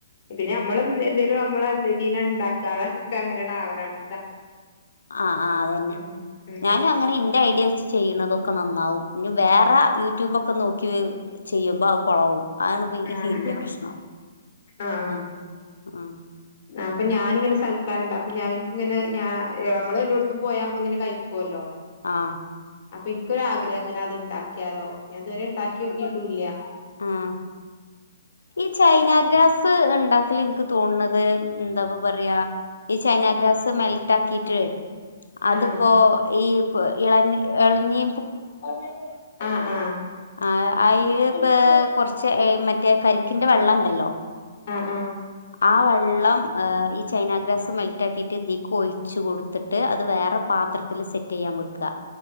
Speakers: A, on the left; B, on the left.
A: പിന്നെ അമ്മള് എന്തെേലും അമ്മള് അതി ലാണ് ഇണ്ടാക്കാ അതൊക്കെ അങ്ങനെ ആണ്ട്ആവലാണ്
B: ആ ആ അതന്നെ
A: <unintelligible> മ് മ്
B: <unintelligible> അങ്ങനെ ഇന്റെ ഐഡിയ വെച്ച് ചെയ്യണതൊക്കെ നന്നാവും ഇനി വേറെ യൂട്യൂബൊക്കെ നോക്കി ചെയ്യുമ്പോ ആവും കൊളാവും അതാണ്പ്പ
A: ആഹ്
B: ഈ ഇന്റെ പ്രശ്നം
A: ആഹ്
B: അഹ് അഹ്
A: അപ്പൊ ഞാനിങ്ങനെ സൽക്കാരണ്ട് അപ്പൊ ഞാ എനിക്കിങ്ങനെ ഞാ യമ്മള് എല്ലോടത്തും പോയാ അമ്മള് ഇങ്ങനെ കയിക്കൊല്ലൊ
B: ആഹ്
A: അപ്പൊ എനിക്കൊരാഗ്രഹം ഇങ്ങനെ അത് ഇണ്ടാക്കിയാലോ ഞാഇതുവരെ ഇണ്ടാക്കി ഓക്കിട്ടും ഇല്ല്യാ
B: ആഹ് ഈ ചൈനാഗ്രാസ് ഇണ്ടാക്കല് ഇൻക്ക് തോന്നണത് എന്താപ്പ പറയാ ഈ ചൈനാഗ്രാസ് മെൽറ്റ് ആക്കിട്ട് അതിപ്പോ
A: ആഹ്
B: ഈഎള എളഞ്ഞി
A: ആഹ് ആഹ്
B: ആഹ് അയില്പ്പ
A: ച്ച്
B: കൊറച്ച് മറ്റേ കരിക്കിന്റെ വെള്ളം ഇണ്ടല്ലോ
A: ആഹ് ആഹ്
B: ആ വെള്ളം ഈ ചൈനാഗ്രാസ് മെൽറ്റ് ആക്കിയിട്ട് ഇതിക്ക് ഒഴിച്ചു കൊടുത്തി ട്ട് അത് വേറെ പാത്രത്തിൽ സെറ്റ് ചെയ്യാൻ വെക്ക